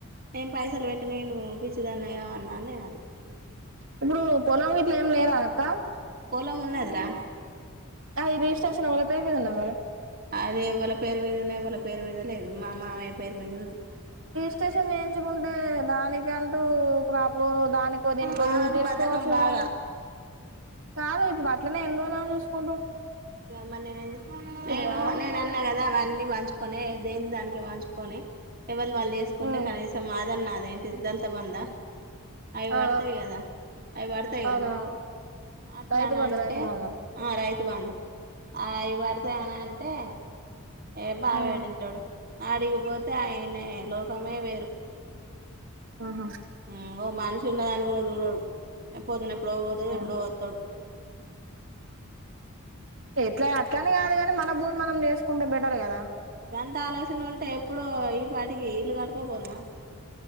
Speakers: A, on the right (about 45°); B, on the right (about 70°).
A: నేను పైసలు పెట్టి నేను పిచ్చిదన్నయి ఆ న్నాన్నే అన్న
B: ఇప్పుడు పొలం వీట్లు ఏం లేరా అక్క
A: పొలం ఉన్నదిరా
B: ఆ ఈ రిజిస్ట్రేషన్ వల్ల పేరు మీద ఉన్నవి కదా
A: అది ఎవ్వళ పేరు మీద ఉన్నాయి వాళ పేరు మీద లేదు మా మామయ్య పేరు మీద ఉన్నది
B: స్టేషన్ చేయించుకుంటే దానికంటూ క్రాప్ లోను దానికో దీనికో
A: బావకు
B: యూజ్ చేసుకోవచ్చు
A: బధకం
B: కదా
A: బాగా
B: మరి కాదు ఇప్పుడు అ అట్లనే ఎన్రోజులని చూసుంట
A: మ్ మరి నేను నేను
B: కదా
A: నేను అన్నా కదా అవన్నీ పంచుకొనే దేని దానికి పంచుకొని ఎవళు వాళ్ళు చేసుకుంటే
B: ఉమ్
A: కనీసం మాదన్న అదేంటిద్దల్తా బందా అవి
B: ఆ
A: పడతాయి కదా అవి పడతాయి
B: ఆ అవునవును
A: కదా అట్లాన
B: రైతు బంధు
A: అంటే
B: రైతు బంధు
A: ఆ రైత్ టువాళ్ళు ఆ అవి పడతాయి అనంటే ఏ బాఏడింటడు
B: ఉమ్
A: ఆడిగిపోతే ఆయనే లోకమే వేరు
B: ఆహా
A: ఊ ఓ మనిష ఉన్నదాను కూడా దూ ఎప్పుదున ఎప్పుడో పోతడు
B: ఆ
A: ఎప్పుడో ఒత్తడు
B: ట్లే అట్లని కాదు కాని మన భూమి మనం చేసుకుంటే బెటర్ కదా
A: అంత ఆలోచన ఉంటే ఎప్పుడో ఇప్ పాటికి ఇల్ కట్టుకోక పొదుమ